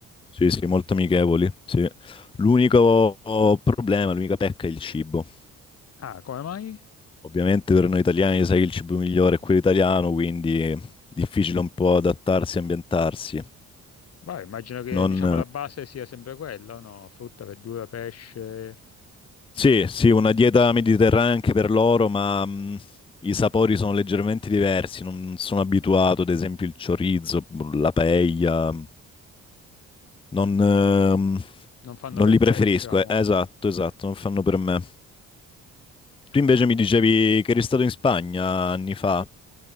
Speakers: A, on the left; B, on the left.
A: Sì, sì, molto amichevoli, sì. L'unico problema, l'unica pecca è il cibo.
B: Ah, come mai?
A: Ovviamente per noi italiani sai che il cibo migliore è quello italiano, quindi è difficile un po' adattarsi e ambientarsi.
B: Vai, immagino che
A: Non-
B: diciamo la base sia sempre quella, o no? Frutta, verdura, pesce,
A: Sì, sì, una dieta mediterranea anche per loro, ma mh, i sapori sono leggermente diversi. Non sono abituato, ad esempio, il chorizo, la paella. Non, ehm,
B: non fanno
A: non
B: per
A: li preferisco.
B: te, diciamo.
A: eh. Esatto, esatto, non fanno per me. Tu
B: Ho
A: invece
B: capito.
A: mi dicevi che eri stato in Spagna anni fa.